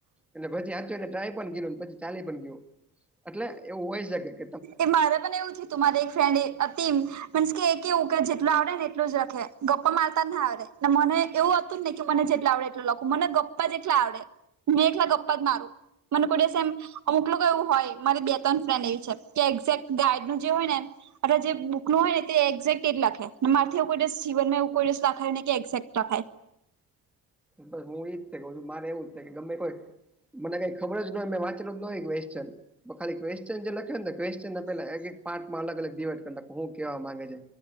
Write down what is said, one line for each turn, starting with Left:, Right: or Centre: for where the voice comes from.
Centre: એટલે પછી હાચ્યું એને ટ્રાય પણ કયરું પછી ચાલી પણ ગયું એટલે એવું હોય સકે
Right: એ મારે પણ એવું થયું તું મારે એક ફ્રેન્ડ અતિ મીન્સ કે એ કેવું કે જેટલું આવડે ને એટલું જ લખે ગપ્પા મારતા ના આવડે ને મને એવું હતું ને કે મને જેટલા આવડે એટલું લખું મને ગપ્પા જેટલા આવડે મેં એકલા ગપ્પા જ મારું મને કોઈ દિવસ એમ અમુક લોકો એવું હોય મારી બે ત્રણ ફ્રેન્ડ એવી છે. કે એક્ઝેક્ટ ગાઈડનું જે હોય ને અટલે જે બુક નું હોય ને તે એક્ઝેક્ટ એટ લખે. મારેથીવું કોઈ દિવસ જીવનમાં કોઈ દિવસ લખાય ને કે એક્ઝેક્ટ ન થાય,
Centre: બસ હું ઈજ થાય કે છું, મારે એવું જ થાય કે ગમે કોઈ મને કંઈ ખબર જન હો મેં વાંચેલો જ ન હોય કવેશ્ચન. ખાલી ક્વેશ્ચન જે લખેને કવેશ્ચન ને પેલા એક એક પાર્ટમાં અલગ અલગ ડિવાઈડ કર નાખું હું કેવા માગે છે.